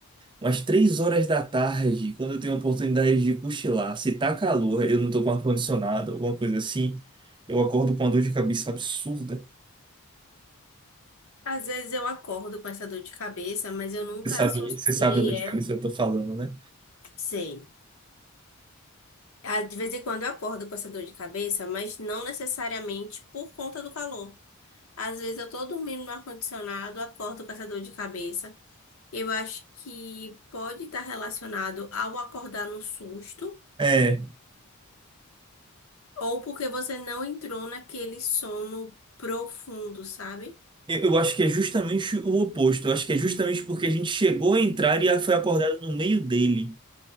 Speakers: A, on the right (about 20°); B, on the left (about 70°).
A: Umas três horas da tarde, quando eu tenho a oportunidade de cochilar, se tá calor, eu não tô com ar-condicionado, alguma coisa assim, eu acordo com uma dor de cabeça absurda.
B: Às vezes eu acordo com essa dor de cabeça, mas eu nunca
A: Você sabe,
B: associei
A: você sabe a dor
B: ela.
A: de cabeça que eu tô falando, né?
B: Sei. Ah, De vez em quando eu acordo com essa dor de cabeça, mas não necessariamente por conta do calor. Às vezes eu tô dormindo no ar-condicionado, acordo com essa dor de cabeça. Eu acho que pode estar relacionado ao acordar no susto,
A: É,
B: ou porque você não entrou naquele sono profundo, sabe?
A: eu eu acho que é justamente o oposto. Eu acho que é justamente porque a gente chegou a entrar e foi acordado no meio dele.